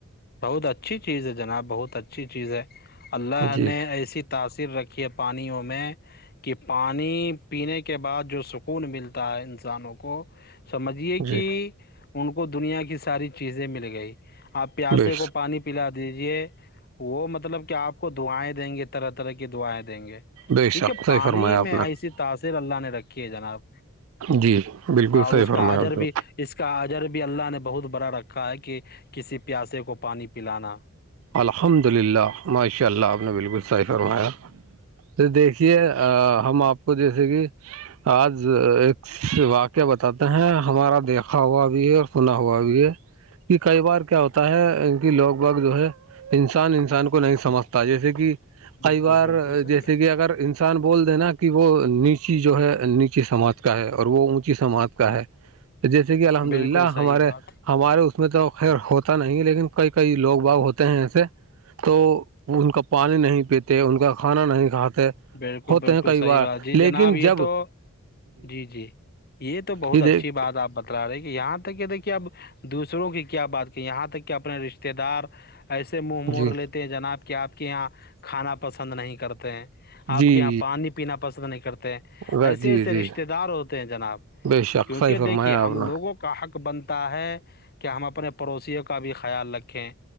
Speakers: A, on the left (about 50°); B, on the right (about 70°).
A: بہت اچھی چیز ہے جناب بہت اچھی چیز ہے اللہ
B: جی
A: نے ایسی تاثیر رکھی ہے پانیوں میں کہ پانی پینے کے بعد جو سکون ملتا ہے انسانوں کو سمجھیے
B: جی
A: کہ ان کو دنیا کی ساری چیزیں مل گئی آپ پیاسے
B: بے
A: کو پانی پلا دیجیے وہ مطلب کہ آپ اس کو دائیں دیں گے طرح طرح کی دائیں دیں گے
B: بے
A: کیونکہ
B: شک صحیح
A: پانی
B: فرمایا آپ
A: میں
B: نے
A: ایسی تاثر اللہ نے رکھی ہے جناب
B: جی بالکل
A: اور
B: صحیح
A: اس
B: فرمایا
A: کا اجر
B: تھا
A: بھی اس کا آجر بھی اللہ نے بہت بڑا رکھا ہے کہ کسی پیاسے کو پانی پلانا
B: الحمد للہ ماشاء اللہ آپ نے بالکل صحیح فرمایا دیکھیے ہم آپ کو جیسے کہ آج ایک واقعہ بتاتے ہیں ہمارا دیکھا ہوا بھی ہے اور سنا ہوا بھی ہے کہ کئی بار کیا ہوتا ہے ان کی لوگ باگ جو ہے انسان انسان کو نہیں سمجھتا جیسے کہ
A: بالکل
B: کئی بار
A: بالکل صحیح
B: جیسے
A: بات
B: کہ اگر انسان بول دینا کہ وہ نیچی جو ہے نیچی سماعت کا ہے اور وہ اونچی سمات کا ہے جیسے کہ الحمد
A: بالکل
B: للہ
A: صحیح
B: ہمارے
A: بات
B: ہمارے اس میں تو خیر ہوتا نہیں لیکن کئی کئی لوگ باغ ہوتے ہیں ایے تو ان کا پانی نہیں پیتے ان کا کھانا نہیں کھاتے
A: بالکل
B: ہوتے
A: بالکل
B: ہیں کئی
A: صحیح
B: بار
A: بات جی
B: لیکن
A: جناب یہ
B: جب
A: تو جی جی یہ تو بہت
B: جی دیک
A: اچھی بات آپ بتا رہے کہ یہاں تک کہ دیکھیے اب دوسروں کی کیا بات کہ یہاں تک کہ اپنے رشتے دار ایسے منہ مور
B: جی
A: لیتے ہیں جناب کہ آپ کے یہاں کھانا پسند نہیں کرتے ہیں آپ
B: جی
A: کے یہاں پانی پینا پسند نہیں کرتے
B: بس
A: ایسے
B: جی
A: ایسے
B: جی
A: رشتے دار ہوتے ہیں جناب
B: بے شک
A: کیونکہ
B: صحیح فرمایا
A: دیکھیے ہم
B: آپ نے
A: لوگوں کو کا حق بنتا ہے کہ ہم اپنے پڑوسیوں کا بھی خیال رکھیں